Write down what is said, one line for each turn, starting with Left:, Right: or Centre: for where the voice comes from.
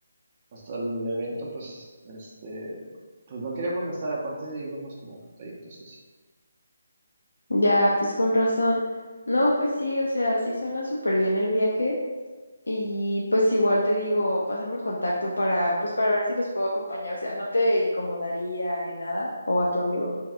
Right: hasta el evento, pues, este, pues no queríamos gastar, aparte íbamos como ajustaditos así.
Left: Ya, pues con razón. No, pues sí, o sea, sí suena súper bien el viaje. Y pues igual te digo, pásame el contacto para, pues para ver si los puedo acompañar. O sea, no te incomodaría ni nada, o a tu amigo.